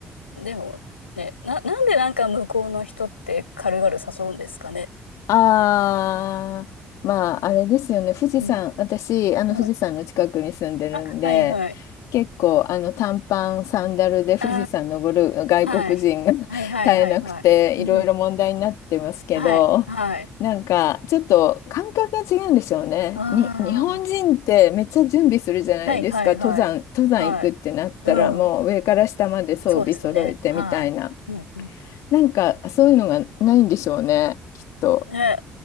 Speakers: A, on the left; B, on the left.
A: でもね、な、なんでなんか向こうの人って軽々誘うんですかね。
B: ああ、まあ、あれですよね、富士山、
A: うん。
B: 私、あの富士山の近くに住んでるんで、
A: はい。あ、はいはい。
B: 結構、あの短パン、サンダルで富士山登る外国人が
A: ああ、はい。
B: <laughs> 絶えなくて、
A: はいはいはいはい。うん。
B: いろいろ問題になってますけど、
A: はい、はい。
B: なんか、ちょっと感覚が違うんでしょうね。
A: ああ、
B: に、日本人ってめっちゃ準備するじゃないですか、
A: はいはいはい。
B: 登山、登山行くってなったら、
A: はい。うん。
B: もう上から下まで装備揃えてみたいな。
A: そうですよね。はい。うんうん。
B: なんか、そういうのがないんでしょうね、きっと。
A: ね、